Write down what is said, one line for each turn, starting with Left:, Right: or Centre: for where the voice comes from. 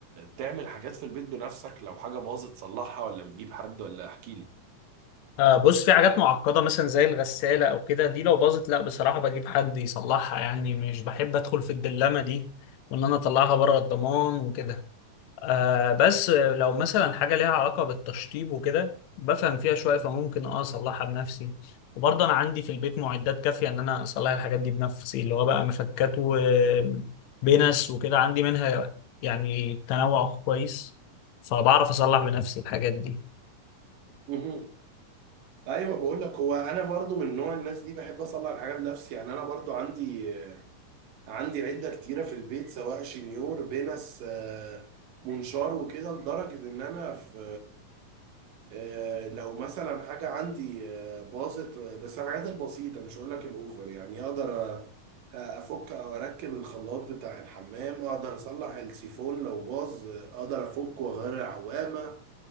Right: تعمل حاجات في البيت بنفسك لو حاجة باظت تصلحها ولا بتجيب حد ولا احكي
Left: آه، بص في حاجات معقدة مثلا زي الغسالة أو كده دي لو باظت لا بصراحة بجيب حد يصلحها يعني مش بحب أدخل في الدلمة دي وإن أنا أطلعها بره الضمان وكده آه بس لو مثلا حاجة ليها علاقة بالتشطيب وكده بفهم فيها شوية فممكن أه أصلحها بنفسي وبرضه أنا عندي في البيت معدات كافية إن أنا أصلح الحاجات دي بنفسي اللي هو بقى مفكات وبنس وكده عندي منها يعني تنوع كويس فبعرف أصلح بنفسي الحاجات دي
Right: لي ايوه بقول لك هو انا برضو من نوع الناس دي بحب اصلح الحاجه بنفسي يعني انا برضو عندي عندي عده كتيره في البيت سواء شنيور بنس آه، منشار وكده لدرجه ان انا في آه، لو مثلا حاجه عندي آه، باظت بس الحاجات البسيطه مش هقول لك الاوفر يعني اقدر أ- افك او اركب الخلاط بتاع الحمام اقدر اصلح السيفون لو باظ آه، اقدر افكه واغير العوامه